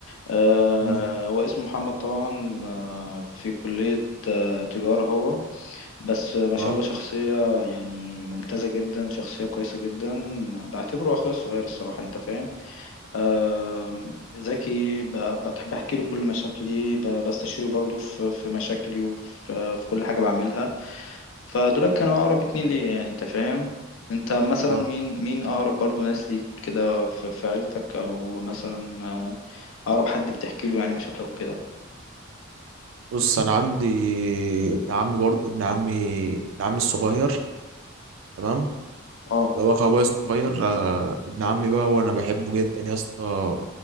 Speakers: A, on the left; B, on the right.
A: آه،
B: مم.
A: هو اسمه محمد طبعا آه، في كلية آه، تجارة هو بس آه، ما شاء
B: اه
A: الله شخصية يعني ممتازة جدا شخصية كويسة جدا بعتبره أخويا الصغير الصراحة أنت فاهم آم، ذكي ب- بحب احكي له كل مشاكلي ب- بستشيره برضه في في مشاكلي وفي في كل حاجه بعملها فدول كانوا اقرب اتنين ليا يعني انت فاهم انت مثلا
B: آه.
A: مين مين اقرب برضه ناس ليك كده في في عيلتك او مثلا آه، اقرب حد بتحكي له يعني مشاكلك وكده
B: بص انا عندي ابن عمي برضه ابن عمي ابن عمي الصغير تمام
A: اه
B: اللي هو اخو ابويا الصغير آه، ابن عمي بقى هو انا بحبه جدا يا اسطى